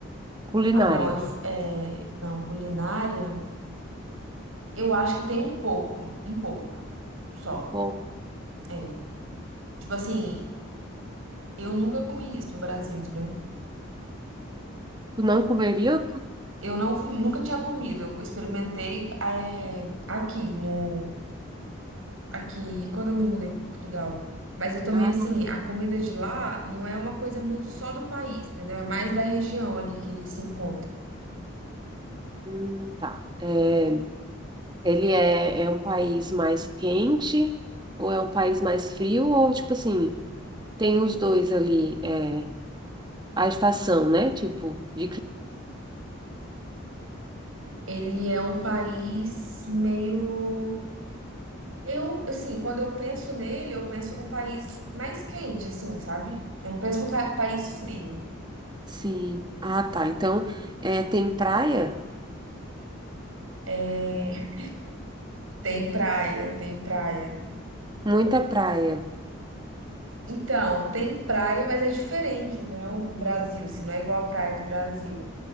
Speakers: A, on the right; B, on the right.
A: culinária.
B: Ah, não, eu, é, não, culinária, eu acho que tem um pouco, um pouco só.
A: Bom,
B: É. Tipo assim, eu nunca comi isso no Brasil, entendeu?
A: tu não comeria?
B: Eu não comi- nunca tinha comido. Eu experimentei é, aqui no aqui quando eu me mudei para Portugal. Mas eu também
A: Ah,
B: assim, a comida de lá não é uma coisa muito só do país, entendeu? É mais da região ali que ele se encontra.
A: hum, tá. É, ele é, é um país mais quente ou é um país mais frio? Ou, tipo assim, tem os dois ali, é, a estação, né? Tipo, de cli-
B: Ele é um país meio eu assim, quando eu penso nele, eu penso num país mais quente assim, sabe? Eu não penso num ca- país frio.
A: Sim. Ah, tá. Então, é, tem praia?
B: É, tem praia, tem praia.
A: Muita praia.
B: Então, tem praia, mas é diferente, né, o do Brasil, assim, não é igual a praia do Brasil.